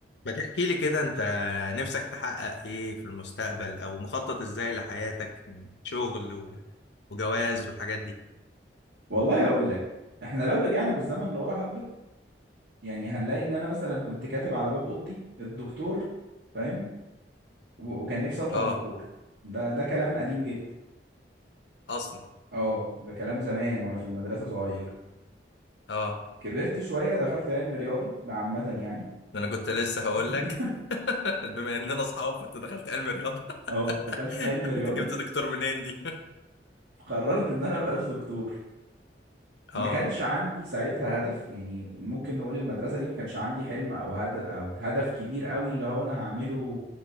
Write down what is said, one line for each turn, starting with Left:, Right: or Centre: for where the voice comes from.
Left: ما تحكي لي كده انت نفسك تحقق ايه في المستقبل او مخطط ازاي لحياتك من شغل و... وجواز والحاجات دي
Right: والله هقول لك احنا لو رجعنا بالزمن لورا حبه يعني هنلاقي ان انا مثلا كنت كاتب على باب اوضتي الدكتور فاهم و- وكان نفسي اطلع
Left: اه
Right: دكتور ده ده كلام قديم جدا
Left: اصلا
Right: اه ده كلام زمان وانا في المدرسه صغير
Left: اه
Right: كبرت شويه دخلت علم رياضه ده عامه يعني
Left: ده
Right: فاهم؟
Left: انا كنت لسه هقول
Right: <laughs>
Left: لك <laughs> بما اننا اصحاب فانت دخلت علم رياضه
Right: اه دخلت
Left: <laughs>
Right: علم رياضه
Left: انت جبت دكتور منين دي
Right: فقررت ان انا مبقاش دكتور
Left: <laughs>
Right: ما
Left: اه
Right: كانش عندي ساعتها هدف يعني ممكن نقول المدرسة دي ما كانش عندي حلم او هدف او هدف كبير قوي اللي هو انا هعمله